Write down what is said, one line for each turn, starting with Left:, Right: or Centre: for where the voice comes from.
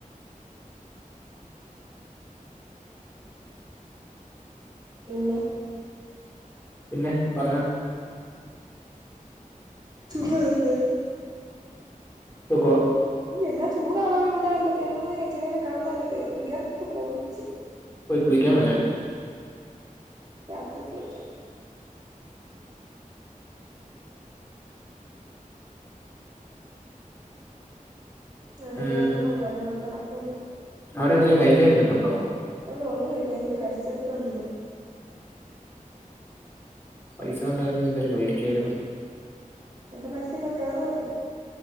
Right: പിന്നെ
Left: പിന്നെ പറഞ്ഞോ
Right: സുഖവല്ലേ
Left: സുഖവാ
Right: എന്നാ ചൂടാട ഇവിടെ എന്റെ ദൈവമേ ഞാൻ ഇച്ചിരി നേരം കെടന്ന് എൻ്റെ ദൈവ വിയർത്ത് കൊളിച്ച്
Left: പോയി കുളിക്കാൻ മേലായിരുന്നൊ
Right: രാത്രി കുളിക്കാം ഉം എന്റെ
Left: ഉം
Right: യൂണിഫോം കഴുകാൻ കിട ക്കുന്നു
Left: അവിടെ എന്തെലും കഴിക്കാൻ ഇരിപ്പുണ്ടോ?
Right: ഇവിടെ ഒന്നും ഇല്ല എനിക്ക് വെശക്കുന്ന്
Left: പൈസ ഉണ്ടായിരുന്ന എന്തേലും മേടിക്കായിരുന്നു.
Right: എന്റെ പൈസ ഇപ്പ തീർന്നല്ലോ